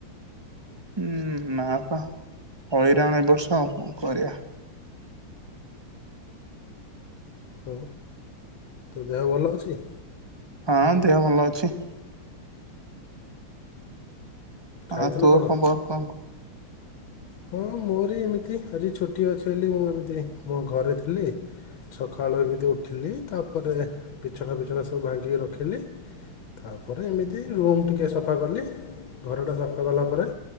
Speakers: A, on the right; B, on the left.
A: ହୁଁ ନାପା ହଇରାଣ ଏ ବର୍ଷ ଆଉ ଙ୍କ କରିବା।
B: ହଉ ତୋ ଦେହ ଭଲ ଅଛି?
A: ହଁ ଦେହ ଭଲ ଅଛି।
B: ଖାଇଥିଲୁ
A: ଆଁ ତୋ
B: କ'ଣ
A: ଖବର କଁ କ।
B: ହଁ ମୋରି ଏମିତି ଆଜି ଛୁଟି ଅଛି ବୋଲି ମୁଁ ଏମିତି ମୋ ଘରେ ଥିଲି। ସକାଳୁ ଏମିତି ଉଠିଲି ତାପରେ ବିଛଣା ଫିଛଣା ସବୁ ଭାଙ୍ଗିକି ରଖିଲି। ତାପରେ ଏମିତି ରୁମ୍ ଟିକେ ସଫା କଲି, ଘରଟା ସଫା କଲା ପରେ